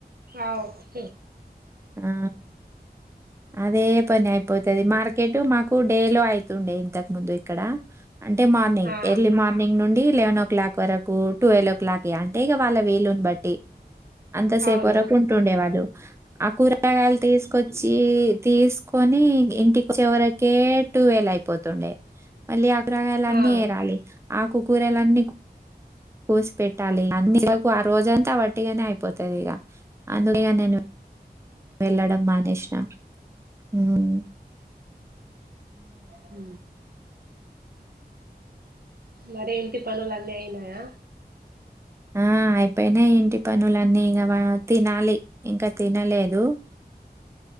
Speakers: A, on the right; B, on the right.
A: క్యా ఓజి
B: ఆ అదే పని అయిపోతది మార్కెట్ మాకు డే లో అయితుండే ఇంతకు ముందు ఇక్కడ అంటే మార్నింగ్
A: ఆ
B: ఎర్లీ మార్నింగ్ నుండి లెవెన్ ఓ క్లాక్ వరకు ట్వెల్వ్ ఓ క్లాక్ అంటే ఇక వాళ్ళ విలుని బట్టి అంతసేపు
A: అవును
B: వరకు ఉంటుండేవాళ్ళు ఆ కూరరగాయలు తీసుకొచ్చి తీసుకొని ఇంటికి చివరికే టు వె ల్ అయిపోతుండే మళ్ళీ ఆ కూరగాయలు అన్నీ
A: ఆ
B: ఎరాలి ఆకుకూరలన్నీ కోసి పెట్టాలి అన్ని ఆకు ఆ రోజంతా అట్టిగానే అయిపోతుది ఇగ అందుక ఇ నేను వెళ్ళడం మానేసిన మ్
A: హ మరి ఏంటి పనులున్నీ అయినాయా
B: ఆ అయిపోయినై ఇంటి పనులన్నీ ఇక తినాలి ఇంకా తినలేదు